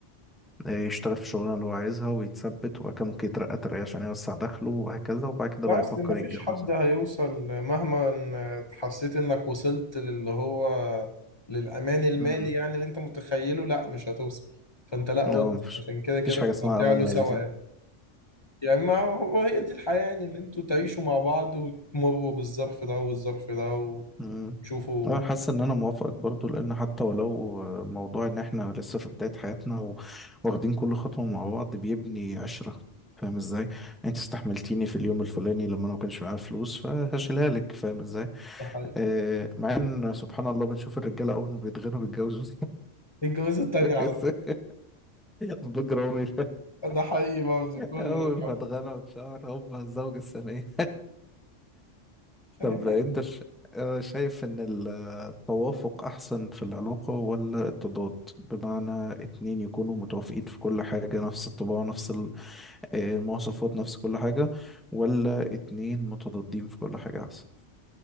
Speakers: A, in the centre; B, on the left.
A: آه، يشتغل في الشغلانة اللي هو عايزها ويتثبت وبعد كده ممكن يترقى ترقية عشان يوسع دخله وهكذا وبعد كده
B: لا،
A: بقى
B: اصل
A: يفكر
B: ما فيش
A: يتجوز
B: حد هيوصل مهما إن حسيت انك وصلت للي هو للامان المالي
A: مم.
B: يعني اللي انت متخيله لا مش هتوصل فانت لا
A: لا،
B: ودي
A: مفيش
B: عشان كده كده
A: مفيش حاجة
B: انت
A: اسمها
B: هتعلو
A: أمان مالي
B: سوا
A: صح؟
B: يعني. يعني ما هو هي دي الحياة يعني إن أنتوا تعيشوا مع بعض وتمروا بالظرف ده والظرف ده
A: مم.
B: وتشوفوا
A: أنا حاسس إن أنا موافقك برضو لأن حتى ولو آه، موضوع إن إحنا لسه في بداية حياتنا و- واخدين كل خطوة مع بعض بيبني عشرة فاهم إزاي؟ أنت استحملتيني في اليوم الفلاني لما أنا ما كانش معايا فلوس فهشيلها لك فاهم إزاي؟
B: ده حقيقي
A: آه مع إن سبحان الله بنشوف الرجالة أول ما بيتغنوا بيتجوزوا
B: الجوازة التانية
A: <laughs>
B: على طول
A: بجرامي
B: ده حقيقي برضه كله
A: أول
B: مش عارف
A: ما اتغنى واتشهر هوبا الزوجة الثانية
B: خلي
A: طب
B: بالك
A: انت ش... آه، شايف ان ال- التوافق احسن في العلاقة ولا التضاد بمعنى اتنين يكونوا متوافقين في كل حاجة نفس الطباع نفس ال- آه، المواصفات نفس كل حاجة ولا اتنين متضادين في كل حاجة احسن